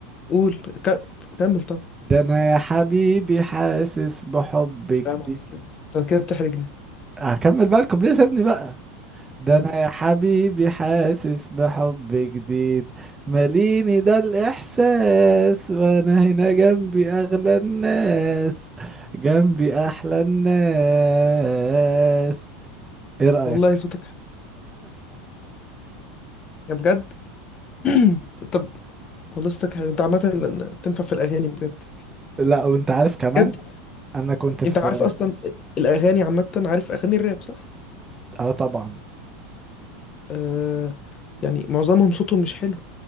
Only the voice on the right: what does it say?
ده انا يا حبيبي حاسس بحب
جديد
هكمل بقى الكوبليه سيبني بقى ده
انا يا حبيبي حاسس بحب جديد ماليني ده الاحساس وانا هنا جنبي اغلى الناس جنبي احلى الناس ايه رأيك
لا وانت عارف كمان
انا كنت في
اه طبعا